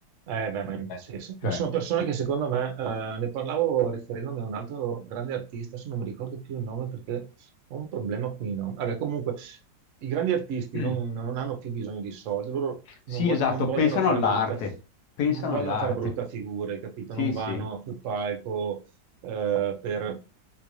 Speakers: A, on the right (about 60°); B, on the left (about 65°).
A: Eh, beh, ma, in-
B: Beh,
A: sì, sì.
B: Cioè,
A: Ma sono persone che secondo me, eh, ne parlavo riferendomi a un altro grande artista, adesso non mi ricordo più il nome perché ho un problema con i nomi. Vabbè, comunque, i grandi artisti
B: <clears throat>
A: non, non hanno più bisogno di soldi, loro non,
B: sì,
A: vog-
B: esatto,
A: non vogliono
B: pensano
A: fare
B: all'arte,
A: brutta, fi-
B: pensano
A: non vogliono
B: all'arte.
A: fare brutta figura, hai capito?
B: Sì,
A: Non
B: sì,
A: vanno sul palco eh, per